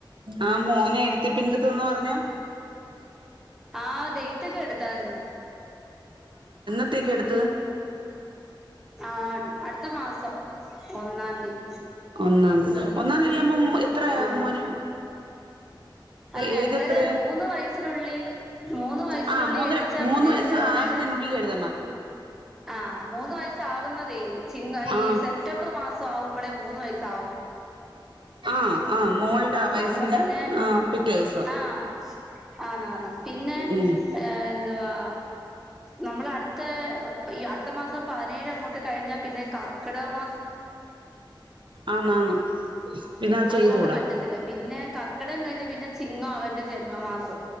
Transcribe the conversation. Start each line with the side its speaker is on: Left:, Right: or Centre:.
Right: ആ മോനെ എടു പിന്നെടുത്ത്ന്നന്ന് പറഞ്ഞോ
Centre: ആഹ ഡേറ്റ് ഒക്കെ എടുത്തായിര്ന്ന്
Right: എന്നത്തേക്കാ എടുത്ത്
Centre: ആ അടുത്ത മാസം ഒന്നാം തീയതി
Right: ഒന്നാംതി ഒന്നാംതിയാവുമ്പോ എത്രയാഉംമോനും
Centre: ആ അല്ല
Right: എയ്ജ്
Centre: രണ്ടര
Right: എത്ര യാ
Centre: മൂന്ന് വയസ്സിനുള്ളിൽ മൂന്ന് വയസ്സിനുള്ളിൽ
Right: ആ മൂന്നര
Centre: എഴുതിച്ചാ
Right: മൂന്ന്
Centre: മതിയല്ലോ
Right: വയ
Centre: രണ്ടര
Right: ആകുന്നന്നെ ഉള്ളിൽ എഴുതണം
Centre: ആ മൂന്ന് വയസ്സാവുന്നതേ ചിങ്ങ
Right: ആഹ്
Centre: ഈ സെപ്റ്റംബർ മാസാകുമ്പളെ മൂന്നു വയസ്സ്
Right: ആഹ് ആ മോളുടെ വയസ്സിന്റെ
Centre: അപ്പൊ പിന്നെ
Right: ആ പിറ്റേ ദിവസം
Centre: ആഹ് ആന്നാന്ന് പിന്നെ
Right: ഉം
Centre: ഏ എന്തുവാ നമ്മളടുത്ത് തേ ഈ അടുത്ത മാസം പതിനേഴങ്ങോട്ട് കഴിഞ്ഞാൽ പിന്നെ കർക്കിടകം
Right: ആന്നാന്ന് പിന്നെ അത്
Centre: അതുകൊണ്ട്
Right: ചെയ്തുകൂടാ
Centre: പറ്റത്തില്ല പിന്നെ കർക്കിടകം കഴിഞ്ഞ് പിന്നെ ചിങ്ങം അവന്റെ ജന്മമാസ